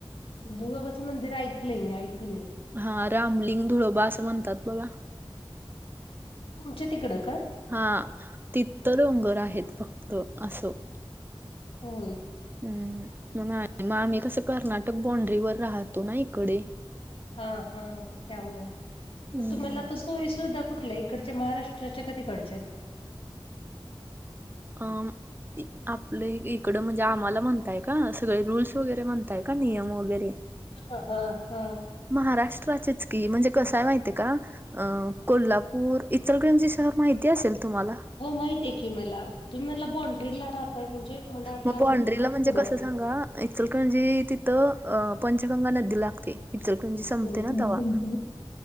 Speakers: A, on the left; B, on the right.
A: धुळोबाचं मंदिर ऐकलंय मी ऐकूने
B: हा रामलिंग धुळोबा असं म्हणतात बघा
A: तुमच्या तिकडं का
B: हा तिथं डोंगर आहेत फक्त असं
A: होय
B: हम् मग मग आम्ही कसं कर्नाटक बॉंड्रीवर राहतो ना इकडे
A: हा हा त्यामुळं
B: हम्म
A: मग तुम्हाला तिथं सोईसुविधा कुठल्या आहे इकडच्या महाराष्ट्राच्या का तिकडच्या आहेत
B: अ आपलं इकडं म्हणजे आम्हाला म्हणताय का सगळे रूल्स वगैरे म्हणताय का नियम वगैरे
A: हा हा हा.
B: महाराष्ट्राचीचकी म्हणजे कसंय माहितीये का कोल्हापूर इचलकरंजी शहर माहिती असेल तुम्हाला
A: हो माहितीये की मला तुम्ही म्हणला बॉंड्रीला रहाताय म्हणजे मला वाटलं
B: मग
A: अजून
B: बॉंड्रीला
A: खूप
B: म्हणजे
A: पुढं
B: कसं सांगा इचलकरंजी तिथं अ पंचगंगा नदी लागते इचलकरंजी संपते
A: हम्म
B: ना तवा
A: हम्म